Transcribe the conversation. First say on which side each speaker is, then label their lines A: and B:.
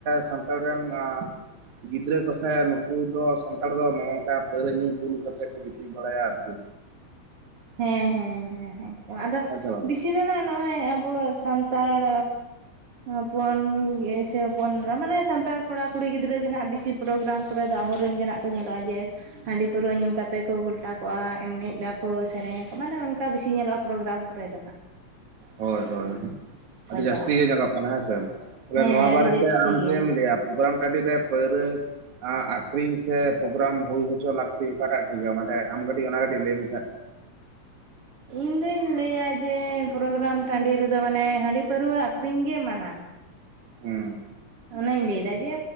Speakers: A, on the right; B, on the right.
A: ᱥᱟᱱᱛᱟᱲ ᱨᱮᱱ ᱜᱤᱫᱽᱨᱟᱹ ᱠᱚ ᱥᱮ ᱱᱩᱠᱩ ᱫᱚ ᱥᱟᱱᱛᱟᱲ ᱫᱚ ᱱᱚᱜᱼᱚ ᱱᱚᱝᱠᱟ ᱯᱟᱹᱣᱨᱟᱹ ᱧᱩ ᱵᱩᱞ ᱠᱟᱛᱮ ᱠᱚ ᱜᱤᱛᱤᱡ ᱵᱟᱲᱟᱭᱟ ᱟᱨ ᱠᱤ
B: ᱦᱮᱸ ᱦᱮᱸ ᱦᱮᱸ ᱟᱫᱚ
A: ᱦᱮᱸ ᱥᱮ ᱵᱟᱝ
B: ᱵᱤᱥᱤ ᱫᱚ ᱱᱚᱜᱼᱚᱭ ᱟᱵᱚ ᱥᱟᱱᱛᱟᱲ ᱦᱚᱯᱚᱱ ᱜᱮ ᱥᱮ ᱦᱚᱯᱚᱱ ᱮᱨᱟ ᱢᱟᱱᱮ ᱥᱟᱱᱛᱟᱲ ᱠᱚᱲᱟ ᱠᱩᱲᱤ ᱜᱤᱫᱽᱨᱟᱹ ᱜᱮ ᱱᱟᱦᱟᱜ ᱵᱤᱥᱤ ᱯᱨᱳᱜᱨᱟᱢ ᱠᱚᱨᱮ ᱫᱚ ᱟᱵᱚ ᱨᱮᱱ ᱜᱮ ᱱᱟᱜ ᱠᱚ ᱧᱮᱞᱚᱜ-ᱟ ᱡᱮ ᱦᱟᱺᱰᱤ ᱯᱟᱹᱣᱨᱟᱹ ᱧᱩ ᱠᱟᱛᱮᱫ ᱠᱚ ᱜᱷᱚᱞᱴᱟᱣ ᱠᱚᱜ-ᱟ ᱮᱱᱮᱡ ᱟᱠᱚ ᱥᱮᱨᱮᱧ ᱟᱠᱚ ᱢᱟᱱᱮ ᱚᱱᱠᱟ ᱵᱤᱥᱤ ᱧᱮᱞᱚᱜ-ᱟ ᱯᱨᱳᱜᱨᱟᱢ ᱠᱚ ᱨᱮ ᱫᱚ ᱱᱟᱦᱟᱜ
A: ᱦᱳᱭ ᱦᱳᱭ ᱟᱹᱰᱤ
B: ᱪᱟᱞᱟᱜᱼᱟ
A: ᱡᱟᱥᱛᱤ ᱜᱮ ᱧᱮᱞᱚᱜ ᱠᱟᱱᱟ ᱦᱮᱸ ᱥᱮ ᱛᱟᱦᱟᱞᱮ
B: ᱦᱮᱸ
A: ᱱᱚᱣᱟ ᱵᱟᱨᱮ
B: ᱟᱹᱰᱤ ᱡᱟᱹᱥᱛᱤ
A: ᱛᱮ ᱟᱢ
B: ᱜᱮ
A: ᱪᱮᱫ ᱮᱢ ᱞᱟᱹᱭᱟ ᱯᱨᱳᱜᱨᱟᱢ ᱴᱟᱺᱰᱤ ᱨᱮ ᱯᱟᱹᱣᱨᱟᱹ ᱟᱠᱷᱨᱤᱧ ᱥᱮ ᱯᱨᱳᱜᱨᱟᱢ ᱦᱩᱭ ᱦᱚᱪᱚ ᱞᱟᱹᱠᱛᱤ ᱚᱠᱟᱴᱟᱜ ᱴᱷᱤᱠ ᱟ ᱢᱟᱱᱮ ᱟᱢ ᱠᱟᱹᱴᱤᱡ ᱚᱱᱟ ᱠᱟᱹᱴᱤᱡ ᱞᱟᱹᱭ ᱢᱮ ᱥᱮ
B: ᱤᱧ ᱫᱩᱧ ᱞᱟᱹᱭ ᱟ ᱡᱮ ᱯᱨᱳᱜᱨᱟᱢ ᱴᱟᱺᱰᱤ ᱨᱮ ᱫᱚ ᱢᱟᱱᱮ ᱦᱟᱺᱰᱤ ᱯᱟᱹᱨᱟᱹᱣᱟᱹ ᱟᱠᱷᱨᱤᱧ ᱜᱮ ᱢᱟᱱᱟᱹ
A: ᱦᱮᱸ
B: ᱚᱱᱟᱧ ᱞᱟᱹᱭ ᱫᱟ ᱡᱮ